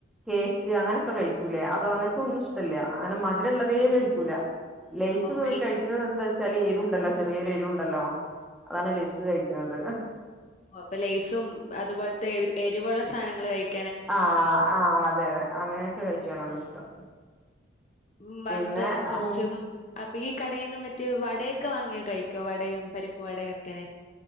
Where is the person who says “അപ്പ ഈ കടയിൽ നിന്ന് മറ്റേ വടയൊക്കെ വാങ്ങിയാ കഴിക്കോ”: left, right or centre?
Left